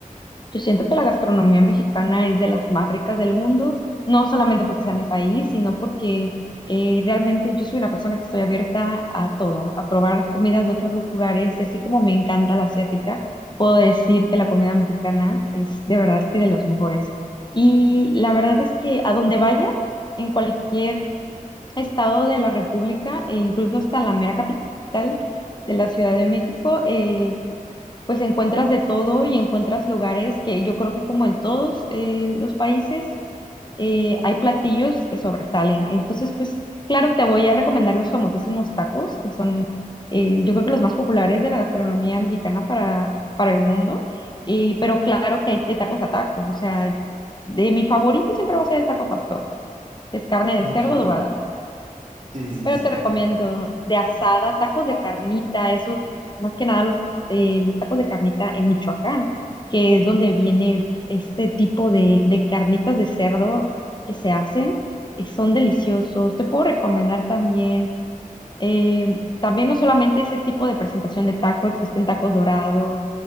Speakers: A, on the left; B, on the right.
A: Yo siento que la gastronomía mexicana es de las más ricas del mundo, no solamente porque sea mi país, sino porque eh, realmente yo soy una persona que estoy abierta a todo, a probar comidas de otros lugares y así como me encanta la asiática, puedo decir que la comida mexicana es de verdad que de los mejores. Y la verdad es que a donde vaya, en cualquier estado de la República e incluso hasta la mera capital de la Ciudad de México, eh, pues encuentras de todo y encuentras lugares que yo creo que como en todos eh, los países eh, hay platillos que sobresalen. Entonces, pues claro, te voy a recomendar los famosísimos tacos, que son eh, yo creo que los más populares de la gastronomía mexicana para, para el mundo, Eh, pero claro que hay de tacos a tacos, o sea, de mi favorito siempre va a ser el taco pastor, que es carne de
B: Ok,
A: cerdo adobada.
B: sí, sí,
A: Pero
B: sí.
A: te recomiendo de asada, tacos de carnita, esos, más que nada los, eh, los tacos de carnita en Michoacán, que es donde viene este tipo de, de carnitas de cerdo que se hacen, eh, son deliciosos. Te puedo recomendar también, eh, también no solamente ese tipo de presentación de taco, existen tacos dorados,